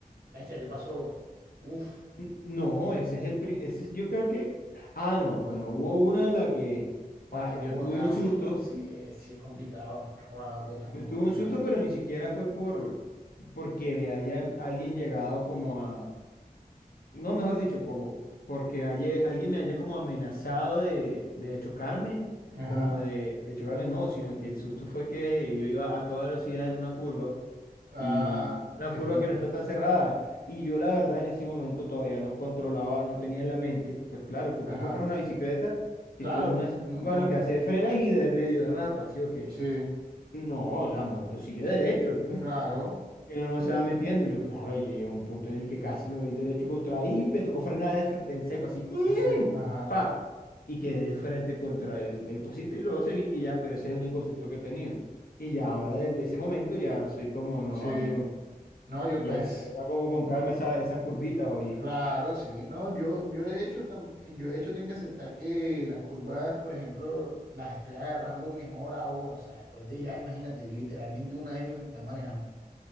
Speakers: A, on the right (about 85°); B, on the left (about 75°).
A: Bestia, ¿qué pasó? Uf,
B: N- No, ese es el... pri- Ese es- yo creo que... Ah, no, bueno, hubo una en la que...
A: guau,
B: ah,
A: es que Bogotá
B: yo tuve un susto,
A: sí es, com- sí, es- sí es complicado. Guau, Bogotá es muy
B: yo
A: ¿Un complicado.
B: tuve un susto, pero ni siquiera fue por... porque me hayan alguien llegado como a... No, mejor dicho, como... porque haye- alguien me haya como amenazado de, de chocarme,
A: Ajá.
B: como de, de chocarme, no, sino que el susto fue que yo iba a toda velocidad en una curva.
A: Ah,
B: y una
A: ejí,
B: curva
A: entonces,
B: que no está tan cerrada. Y yo la verdad en ese momento todavía no controlaba, no tenía en la mente, pues claro, tú
A: Ajá.
B: te compras una bicicleta
A: Claro,
B: y tú en una
A: no,
B: curva
A: no,
B: lo que haces es frenas y de medio derrapa, ¿sí o qué?
A: sí,
B: No, la moto sigue derecho, <laughs>
A: claro.
B: que no, no se va metiendo. Yo claro, yo llegué a un punto en el que casi me voy derecho contra ahí, me tocó frenar de, fr- de en seco así, ¡ñe!
A: Ese go- Ajá.
B: pa, y quedé de frente contra el, el cosito y luego seguí y ya, pero ese es el único susto que he tenido. Y ya
A: mm,
B: ahora desde ese momento ya soy como, no,
A: Sí.
B: amigo.
A: No, yo
B: Ya,
A: pues.
B: te toca como con calma esa- esas curvitas, oye.
A: Claro, sí. No, yo, yo de hecho, tam- yo de hecho tengo que aceptar que las curvas, por ejemplo, las estoy agarrando mejor ahora. O sea, después de ya, imagínate, literalmente un año de estar manejando.